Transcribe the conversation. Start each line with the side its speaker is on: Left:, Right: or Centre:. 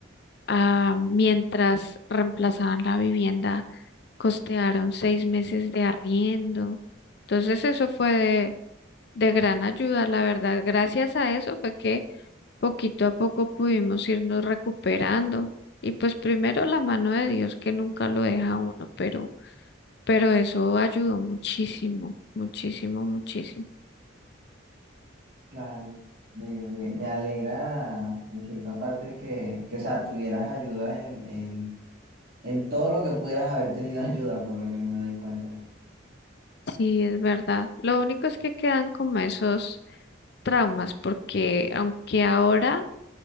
Left: Ah, mientras reemplazaban la vivienda, costearon seis meses de arriendo. Entonces eso fue de, de gran ayuda, la verdad. Gracias a eso fue que poquito a poco pudimos irnos recuperando. Y pues primero la mano de Dios que nunca lo deja a uno, pero, pero eso ayudó muchísimo, muchísimo, muchísimo.
Right: Claro, me, me, me alegra en cierta parte que, que, o sea, tuvieras ayuda en, en, en todo lo que pudieras haber tenido ayuda, por lo que me doy cuenta.
Left: Sí, es verdad. Lo único es que quedan como esos traumas, porque aunque ahora